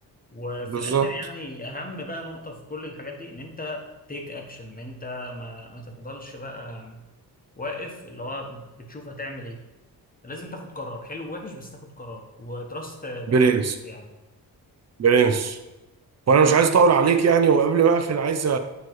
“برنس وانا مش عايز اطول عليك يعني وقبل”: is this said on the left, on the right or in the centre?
Right